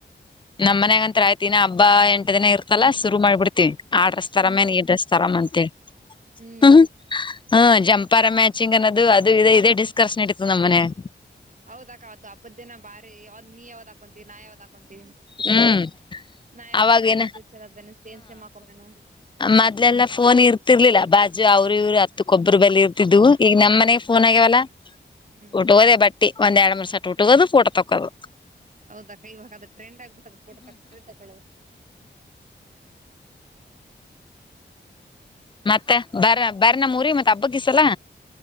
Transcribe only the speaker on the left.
ನಮ್ಮ್ ಮನ್ಯಾಗಂತ ಆಯ್ತಿನ ಹಬ್ಬ ಎಂಟ ದಿನ ಇರ್ತಲ್ಲಾ ಶುರು ಮಾಡ್ಬಿಡ್ತ ಆ ಡ್ರಸ್ ತರಾಮೇನ್
ಈಡ್ರೆಸ್ ತೊರಾಮ ಅಂತ
ಹ್ಮ ಜಂಪಾರ ಮ್ಯಾಚಿಂಗ್ ಅನ್ನೋದು ಅದು ಇ ಇದೇ ಡಿಸ್ಕರ್ನ್ ನಡಿತ ನಮ್ಮ ಮನ್ಯಾಗ
ಹ್ಮ್
ಅವಾಗೇನ
ಮದ್ಲೆಲ್ಲಾ ಫೋನ್ ಇರ್ತಿರ್ಲಿಲ್ಲ ಬ ಅಜ್ಜ ಅವರು ಇವ್ರು ಹತ್ತಕ್ಕೊಬ್ಬರ ಬಳಿ ಇರ್ತಿದ್ದ್ ಈಗ ನಮ್ಮ್ ಮನೆಗೆ ಫೋನ್ ಆಗ್ಯವಲ್ಲ
ಉಟ್ಟ ಹೋದೆ ಬ್ಯಾಡ ಒಂದ ಎರಡು ಮೂರು ಸಟ್ಕೊಳೋದು ಫೊಟೋ ತಕೋಳೊದು.
ಮತ್ತೆ ಬರ ಬರ್ ನ ಊರಿ ಮತ್ತೆ ಹಬ್ಬಕ್ಕೀಸಲ್ಲ